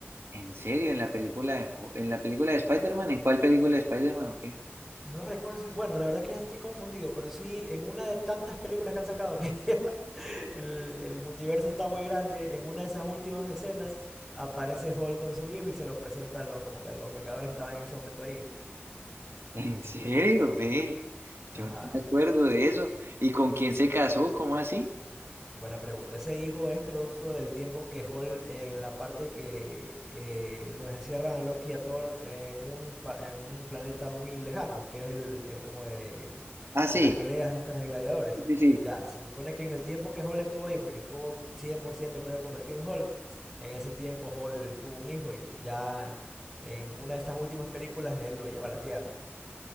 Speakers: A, on the right; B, in the centre.
A: en serio, en la película de, Ho- en la película de Spider-Man, ¿en cuál película de Spider-Man o qué?
B: No recuerdo si, bueno, la verdad que ya estoy confundido, pero sí en una de tantas películas que han sacado que <laughs> el, el multiverso está muy grande. En una de esas últimas escenas aparece Hulk con su hijo y se lo presenta a los, como que a los Vengadores que estaban en ese momento ahí.
A: ¿En serio, ve? Yo
B: Ajá.
A: no me acuerdo de eso. ¿Y con quién se casó? ¿Cómo así?
B: Buena pregunta. Ese hijo es producto del tiempo que Hulk en la parte que eh, los encierran a Loki y a Thor en un, pa- en un planeta muy lejano, que es el, el como de
A: Ah, sí,
B: de las peleas estas de gladiadores.
A: sí, sí.
B: Ya, se supone que en el tiempo que Hall estuvo ahí, porque estuvo 100% creo convertido en Hall, en ese tiempo Hall tuvo un hijo y ya en una de estas últimas películas él lo lleva a la Tierra.